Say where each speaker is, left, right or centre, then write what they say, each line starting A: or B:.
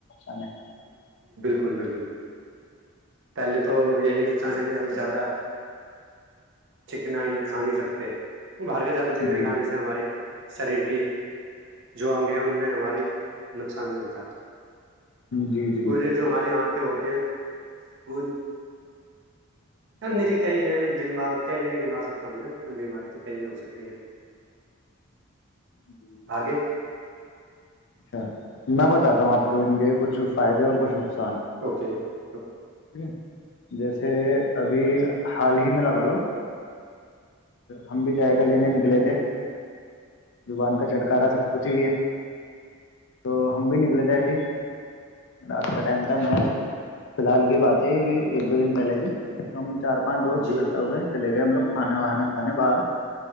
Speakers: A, on the left; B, on the right.
A: آان ہے
B: بکل بالکل پہلے تو یہی نقصان ہے کہ ہم زیادہ چکنائی کھا نہیں سکتے وہ باہر کے جاتے
A: ہے
B: چکنائی
A: جی
B: کانے
A: جی
B: سے ہماراری شریر کی جو انگ ہیں ان میں ہماری نقصان بھی ہوتا ہے
A: جی جی
B: وہھے جو ہماری یہاں ہوتے ہیں وہ ہ
A: جی
B: نری کئی ہے م گنوا کیا بھی گنوا سکتا ہوں نا بیماری تو کئی بھی ہو سکتی
A: جی
B: ہے
A: جی
B: آگے <unintelligible>
A: اچ میں باتا ہوں آپ کو ان کے کچھ فائدے اور کچھ نقصان
B: اوکے <unintelligible>
A: ٹھیک ہے جیسے ابھی <unintelligible> حال ہی میں لگا لو ہم بھی جائے گا لینے نکلے تھے زبان کا چھٹکارا سب کچھ ہی یہ تو ہم بھی نکلے تھے <unintelligible> رات کا ٹائم تھا مح <unintelligible> فی الحال کی بات ہے یہ ایک دو دن پہلے کی تو ہم چار پانچ دوست
B: جی
A: اکٹھا ہو گئے لے گئے ہم لگ کاناانا کان باہر